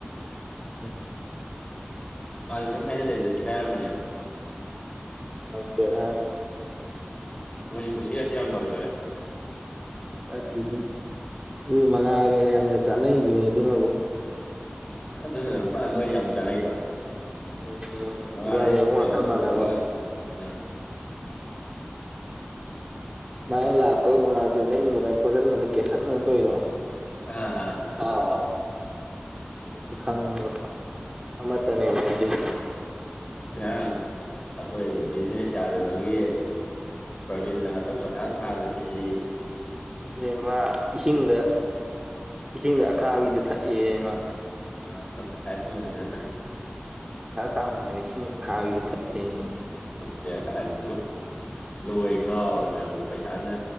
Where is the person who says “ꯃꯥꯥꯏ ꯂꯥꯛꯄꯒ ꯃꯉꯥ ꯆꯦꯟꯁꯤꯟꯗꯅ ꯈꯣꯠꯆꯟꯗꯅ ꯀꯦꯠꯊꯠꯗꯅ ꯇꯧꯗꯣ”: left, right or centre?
Right